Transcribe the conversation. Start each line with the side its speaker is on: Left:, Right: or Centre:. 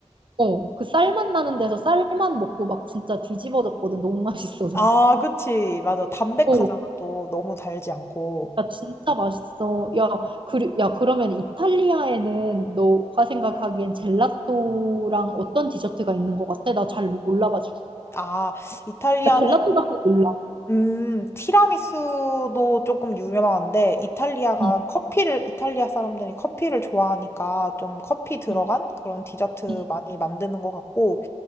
Right: 어, 그 쌀맛 나는 데서 쌀만 먹고 막 진짜 뒤집어졌거든. 너무 맛있어서.
Left: 아 그치 맞아 담백하잖아
Right: 어,
Left: 또 너무 달지 않고.
Right: 야, 진짜 맛있어. 야, 그, 야, 그러면 이탈리아에는 너가 생각하기엔 젤라또랑 어떤 디저트가 있는 것 같아? 나 잘 몰라가지고.
Left: 아 이탈리아는
Right: 나 젤라또밖에 몰라.
Left: 음, 티라미수도 조금 유명한데, 이탈리아가
Right: 응,
Left: 커피를, 이탈리아 사람들이 커피를 좋아하니까 좀 커피 들어간
Right: 응,
Left: 그런 디저트
Right: 응,
Left: 많이 만드는 것 같고,